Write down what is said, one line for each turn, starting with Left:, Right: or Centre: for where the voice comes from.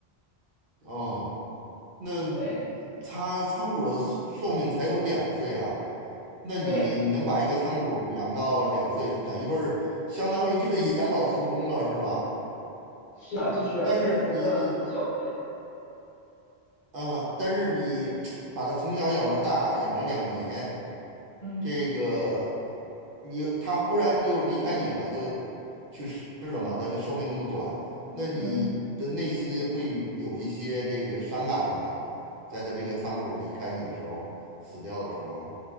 Right: 哦，那
Left: 对
Right: 它仓鼠的寿寿命才有两岁啊，那你能把一个仓鼠养到两岁，
Left: 对。
Right: 等于说是相当于给它养老送终了，是吧？
Left: 是啊，就是而且活了很久，
Right: 但是你你你
Left: 对，
Right: 啊，但是你把它从小养到大，养了两年，
Left: 嗯
Right: 这个你它忽然就离开你了，就去世了嘛，它寿命这么短，那你的内心会有一些这个伤感吗？
Left: 嗯，
Right: 在它这个仓鼠离开你的时候，死掉的时候，